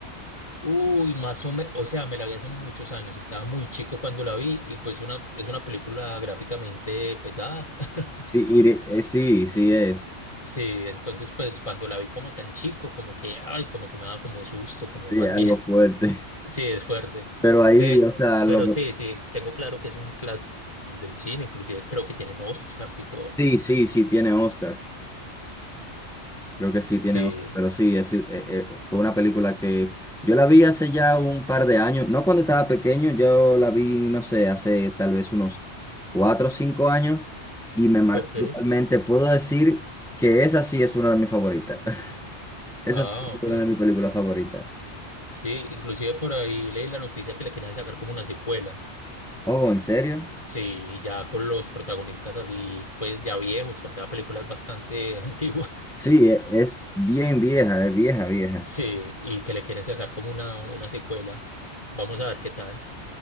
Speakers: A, on the left; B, in the centre.
A: Uy, más o menos, o sea, me la vi hace muchos años, estaba muy chico cuando la vi y pues una, es una película gráficamente pesada. <laughs>
B: Sí, iré- eh, sí, sí es.
A: Sí, entonces pues cuando la vi como tan chico, como que, ay, como que me daba como susto, como
B: Sí,
A: más
B: algo
A: bien. <laughs>
B: fuerte.
A: Sí, es fuerte.
B: Pero ahí,
A: Pero,
B: o sea,
A: pero
B: lo que-
A: sí, sí, tengo claro que es un clásico del cine, inclusive creo que tienen Oscars y todo.
B: sí, sí, sí tiene Oscars. Creo que sí tiene
A: Sí,
B: Oscars. Pero sí, es, eh, eh, fue una película que yo la vi hace ya un par de años. No cuando estaba pequeño, yo la vi, no sé, hace tal vez unos cuatro o cinco años y me marcó
A: ok.
B: totalmente. Puedo decir que esa sí es una de mis favoritas. <laughs> Esa
A: Ah,
B: sí es
A: ok.
B: una de mis películas favoritas.
A: Sí, inclusive por ahí leí la noticia que le querían sacar como una secuela.
B: Oh, ¿en serio?
A: Sí, ya con los protagonistas así, pues ya viejos, porque la película es bastante <laughs> antigua.
B: Sí, e- es bien vieja, es vieja, vieja.
A: Sí, y que le quieren sacar como una, una secuela. Vamos a ver qué tal.